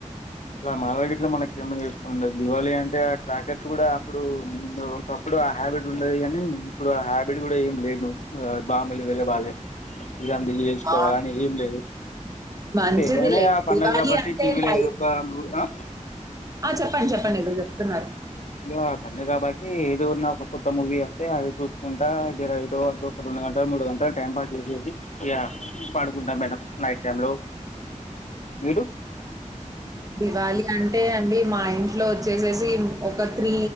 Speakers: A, on the left (about 65°); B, on the right (about 25°).
A: అట్లా మాల గిట్ల మనకెందుకు చె ప్పండి దివాళి అంటే ఆ క్రాకర్స్ కూడా అప్పుడు ఒకప్పుడు ఆ హ్యాబిట్ ఉండేది గానీ ఇప్పుడు ఆ హ్యాబిట్ కూడా ఏం లేదు బాంబులు పేలవలె ఇగ అంత చేసుకోవాలని
B: ఆ!
A: ఏం లేదు
B: మంచిదిలే.
A: గాని పండగ
B: దివాళి
A: కాబట్టి
B: అంటే
A: టీవీ లో
B: లైట్
A: ఏవో బాంబు అ
B: ఆ చెప్పండి చెప్పండి ఏదో చెప్తున్నారు
A: ఇగ పండగ కాబట్టి ఏదో ఉన్నా ఒక కొత్త మూవీ వస్తే అది చూసుకుంటా దీరైటో అటో ఒక రెండు గంటలు మూడు గంటలు టైం పాస్ చేసేసి ఇగ పడుకుంటాం మేడం నైట్ టై లో మీరు
B: దివాళి అంటే అండి మా ఇంట్లో వచ్చేసేసి ఒక త్రీ